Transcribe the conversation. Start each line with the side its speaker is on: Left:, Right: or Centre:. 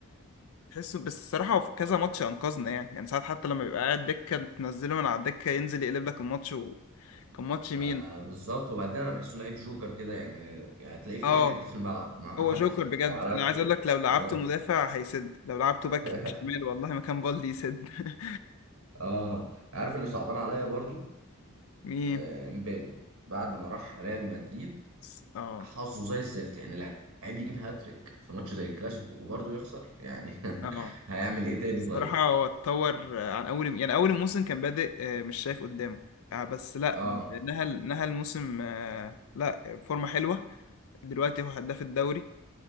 Left: تحسه بس الصراحه هو في كذا ماتش انقذنا يعني يعني ساعات حتى لما بيبقى قاعد دكه تنزله من على الدكه ينزل يقلب لك الماتش وكان ماتش
Right: ما
Left: مين
Right: بالظبط وبعدين انا بحسه لعيب جوكر كده يعني يعني تلاقيه في
Left: اه
Right: اي حتة في الملعب ما
Left: هو جوكر
Right: <laughs>
Left: بجد
Right: ما اعرفش
Left: انا عايز
Right: يعني.
Left: اقول لك لو لعبته
Right: اه
Left: مدافع هيسد لو لعبته باك
Right: <laughs>
Left: شمال والله مكان بالدي يسد <laughs>
Right: اه عارف اللي صعبان عليا برضو
Left: مين
Right: آه، امبابي بعد ما راح ريال مدريد
Left: س- اه
Right: حظه زي الزفت يعني لعيب يجيب هاتريك في ماتش زي الكلاسيكو وبرضه يخسر يعني
Left: اه
Right: <laughs> هيعمل ايه تاني
Left: الصراحة
Right: طيب
Left: هو اتطور آه، عن اول يعني اول الموسم كان بادئ آه، مش شايف قدامه آه، بس لا
Right: اه
Left: نهى نهى الموسم آه، لا فورمة حلوة دلوقتي هو هداف الدوري